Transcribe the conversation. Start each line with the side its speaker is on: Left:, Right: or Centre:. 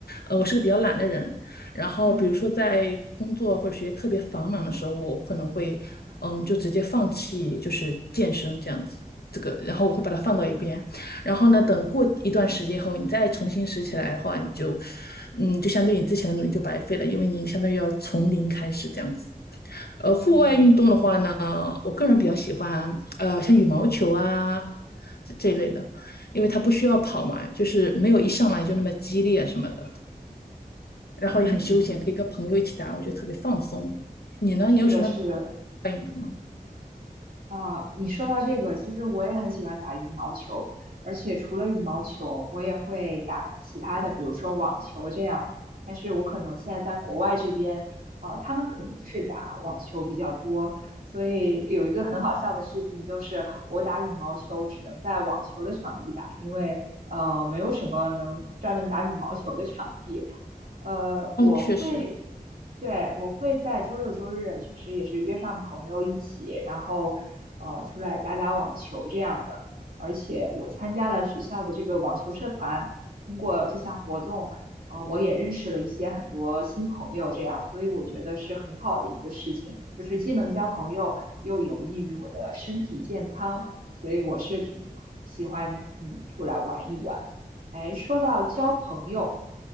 Left: 呃，我是个比较懒的人，然后比如说在工作或者学习特别繁忙的时候，
Right: 嗯
Left: 我可能会，嗯，就直接放弃就是健身这样子，这个，然后我会把它放到一边，然后呢，等过一段时间后，你再重新拾起来的话，你就，嗯，就相对你之前的努力就白费了，因为你相当于要从零开始这样子。呃，户外运动的话呢，
Right: 嗯
Left: 我个人比较喜欢呃，像羽毛球啊这这一类的，因为它不需要跑嘛，就是没有一上来就那么激烈什么的，然后也很休闲，
Right: 嗯嗯，
Left: 可以跟朋友一起打，我觉得特别放松。你呢？
Right: 是的，
Left: 你有什么
Right: 是的。
Left: 运动吗？
Right: 啊，你说到这个，其实我也很喜欢打羽毛球，而且除了羽毛球，我也会打其他的，比如说网球这样。但是我可能现在在国外这边，呃，他们可能是打网球比较多，所以有一个很好笑的事情就是，我打羽毛球只能在网球的场地打，因为呃，没有什么能专门打羽毛球的场地。呃，
Left: 哦，
Right: 我会。
Left: 确实，
Right: 对，我会在周六周日，其实也是约上朋友一起，然后呃出来打打网球这样的。而且我参加了学校的这个网球社团，通过这项活动，呃，我也认识了一些很多新朋友，这样，所以我觉得是很好的一个事情，就是既能交朋友，又有益于我的身体健康，所以我是挺喜欢嗯出来玩一玩。哎，说到交朋友，